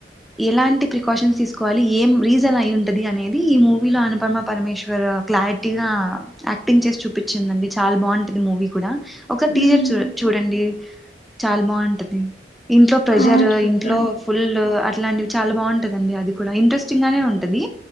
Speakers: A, in the centre; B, on the left.
A: ఎలాంటి ప్రికాషన్స్ తీసుకోవాలి ఏం రీజన్ అయి ఉంటది అనేది ఈ మూవీలో అనుపమ పరమేశ్వర్ క్లారిటీగా యాక్టింగ్ చేసి చూపించిందండి చాలా బాగుంటది మూవీ కూడా ఒక
B: హ్మ్.
A: టీచర్ చూడండి చూడండి చాలా బాగుంటుంది ఇంట్లో ప్రెజర్
B: ఆ! చూస్తాను.
A: ఇంట్లో ఫుల్ అ ఇట్లాంటివి చాలా బాగుంటదండి అది కూడా ఇంట్రెస్టింగ్ గానే ఉంటది